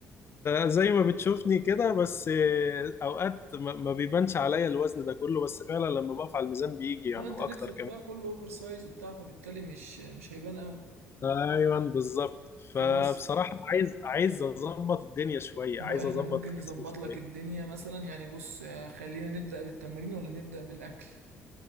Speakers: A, on the left; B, on the right.
A: زي ما بتشوفني كده بس آه، اوقات ما ما بيبانش عليا الوزن ده كله بس فعلا لما بقف على الميزان بيجي يعني
B: وانت
A: واكتر
B: لبسك بقى كله اوفر سايز وبتاع فبالتالي مش مش هيبان قوي
A: ايوه بالظبط فبصراحة
B: خلاص
A: عايز عايز اظبط الدنيا شوية
B: ب-
A: عايز
B: احنا
A: اظبط
B: ممكن نظبط
A: جسمي
B: لك
A: شوية
B: الدنيا مثلا يعني بص آه، خلينا نبدأ بالتمرين ولا نبدأ بالأكل